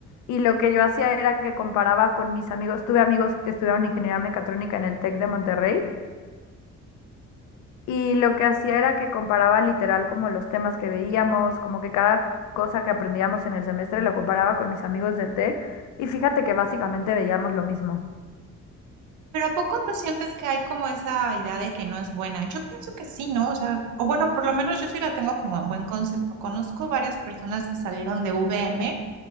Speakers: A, on the left; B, on the right.
A: y lo que yo hacía era que comparaba con mis amigos. Tuve amigos que estudiaron ingeniería mecatrónica en el TEC de Monterrey y lo que hacía era que comparaba literal como los temas que veíamos, como que cada cosa que aprendíamos en el semestre lo comparaba con mis amigos del TEC y fíjate que básicamente veíamos lo mismo.
B: Pero ¿a poco tú sientes que hay como esa idea de que no es buena? Yo pienso que sí, ¿no? O sea, o bueno, por lo menos yo sí la tengo como en buen concepto. Conozco varias personas que salieron de U V M,